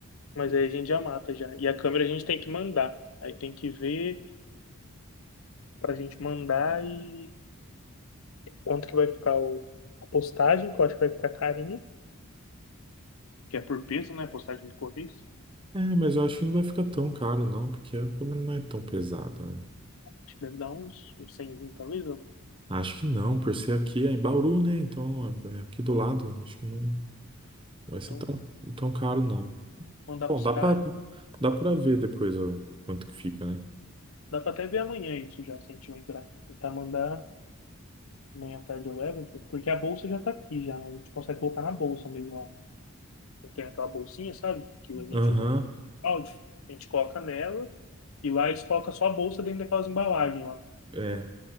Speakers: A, on the left (about 70°); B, on the right (about 25°).
A: mas aí a gente já mata já. E a câmera a gente tem que mandar. Aí tem que ver pra gente mandar e quanto que vai ficar o, a postagem, que eu acho que vai ficar carinha, que é por peso, né? Postagem do Correios.
B: É, mas eu acho que não vai ficar tão caro, não, porque a câmera não é tão pesada. né?
A: Acho que deve dar uns, uns talvez. ou não.
B: Acho que não, por ser aqui é em Bauru, né? Então, é é aqui do lado, acho que não vai
A: Então,
B: ser tão, tão caro, não.
A: mandar
B: Bom,
A: pros
B: dá
A: caras.
B: pra, dá pra ver depois o quanto que fica, né?
A: Dá pra até ver amanhã isso já, se a gente lembrar. Tentar mandar Amanhã à tarde eu levo, tipo, porque a bolsa já tá aqui já. A gente consegue colocar na bolsa mesmo, ó. Eu tenho aquela bolsinha, sabe? Que a gente
B: Aham,
A: usa pro áudio. A gente coloca nela e lá eles colocam só a bolsa dentro daquelas embalagens lá.
B: é.